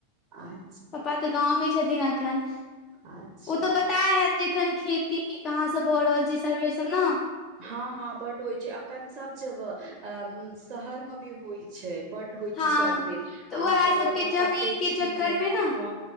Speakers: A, on the right (about 35°); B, on the left (about 35°).
A: आय
B: पपा तऽ गाँवमे छथिन एखन
A: अच्छा
B: ओ तऽ पता हैत एखन खेती कि कहाँ सब भऽ रहल छै सर्वे सब न
A: हँ हँ बड होइ छै अखन सब जगह शहर मे भी होइ छै बड होइ
B: हँ
A: छै सर्वे
B: तऽ उएह
A: अहाँके
B: सबके
A: ओर मे
B: जमीन
A: कते
B: के
A: चीज
B: चक्कर
A: यै
B: मे ने
A: हँ